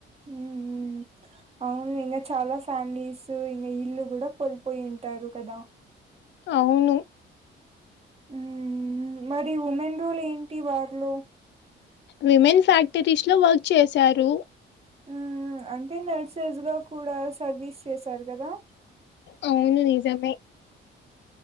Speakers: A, on the right (about 30°); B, on the left (about 65°).
A: మ్మ్ అవును ఇంకా చాలా ఫ్యామిలీస్ ఇంకా ఇల్లు కూడా కోల్పోయింటారు కదా
B: అవును
A: ఉ మరి ఉమెన్ రోలు ఏంటి వారిలో
B: విమెన్ ఫ్యాక్టరీస్ లో వర్క్ చేశారు
A: ఉ అంటే నర్సెస్ గా కూడా సర్వీస్ చేసారు కదా
B: అవును నిజమే